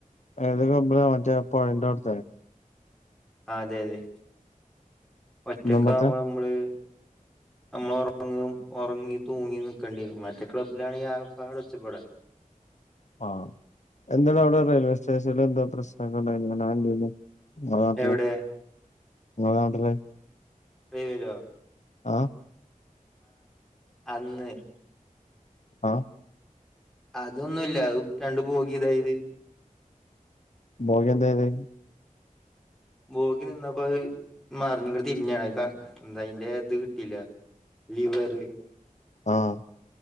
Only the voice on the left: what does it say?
ഏത് കമ്പള മറ്റേ പുഴന്റെ അവിടുത്തെ
കുന്നുമ്മത്തെ
<inaudible>
<inaudible> ആഹ് എന്തല്ല അവിടെ റെയിൽവേ സ്റ്റേഷനിൽ എന്തോ പ്രശ്നണ്ടന്ന് ങ്ങ നാട്ടില്
നാട്ടില്
ആഹ
ആഹ
മോക എന്തായത്
ആഹ